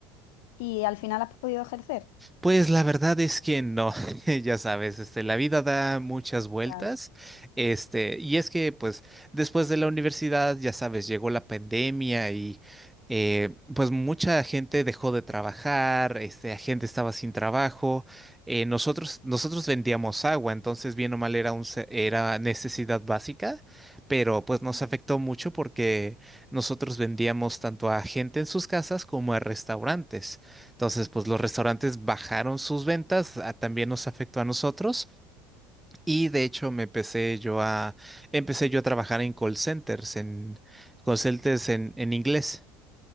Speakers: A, on the left; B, in the centre.
A: Y al final has podido ejercer.
B: Pues la verdad es que no, <laughs> ya sabes, este, la vida da muchas vueltas,
A: Claro.
B: este, y es que pues después de la universidad, ya sabes, llegó la pandemia y eh, pues mucha gente dejó de trabajar, este, la gente estaba sin trabajo, eh, nosotros, nosotros vendíamos agua, entonces bien o mal era un, se- era necesidad básica, pero pues nos afectó mucho porque nosotros vendíamos tanto a gente en sus casas como a restaurantes. Entonces, pues los restaurantes bajaron sus ventas, a- también nos afectó a nosotros y de hecho me empecé yo a empecé yo a trabajar en call centers, en call centers en, en inglés.